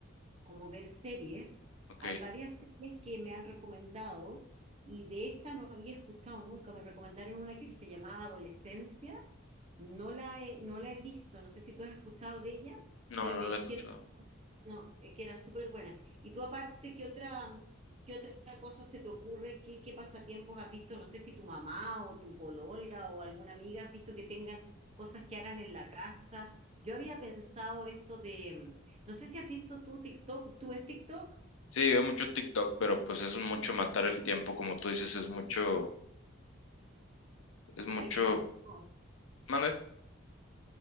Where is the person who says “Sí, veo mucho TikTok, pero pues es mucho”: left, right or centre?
Left